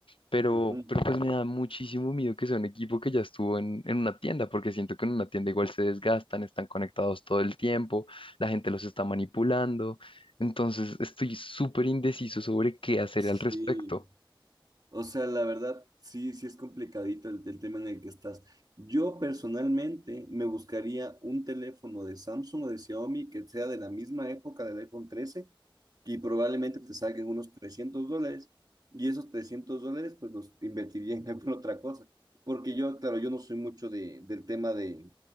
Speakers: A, on the left (about 75°); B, on the right (about 45°).
A: pero,
B: Ujú.
A: pero pues me da muchísimo miedo que sea un equipo que ya estuvo en, en una tienda, porque siento que en una tienda igual se desgastan, están conectados todo el tiempo, la gente los está manipulando. Entonces estoy súper indeciso sobre qué hacer
B: Sí.
A: al respecto.
B: O sea, la verdad, sí, sí es complicadito el, el tema en el que estás. Yo personalmente me buscaría un teléfono de Samsung o de Xiaomi que sea de la misma época del iPhone 13 y probablemente te salgan unos 300 dólares y esos 300 dólares pues los invertiría en <laughs> alguna otra cosa. Porque yo, claro, yo no soy mucho de, del tema de,